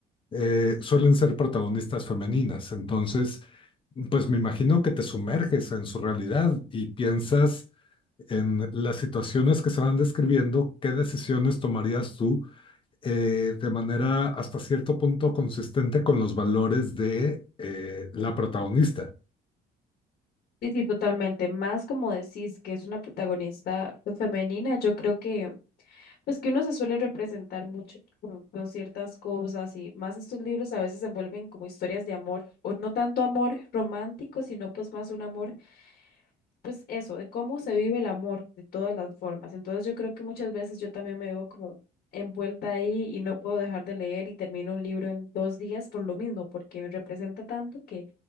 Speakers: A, on the left; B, on the left.
A: eh, suelen ser protagonistas femeninas. Entonces, pues me imagino que te sumerges en su realidad y piensas en las situaciones que se van describiendo, qué decisiones tomarías tú eh, de manera hasta cierto punto consistente con los valores de eh, la protagonista.
B: Sí, sí, totalmente. Más como decís que es una protagonista pues, femenina, yo creo que Pues que uno se suele representar mucho con, con ciertas cosas y más estos libros a veces se envuelven como historias de amor, o no tanto amor romántico, sino pues más un amor, pues eso, de cómo se vive el amor de todas las formas. Entonces yo creo que muchas veces yo también me veo como envuelta ahí y no puedo dejar de leer y termino un libro en dos días por lo mismo, porque me representa tanto que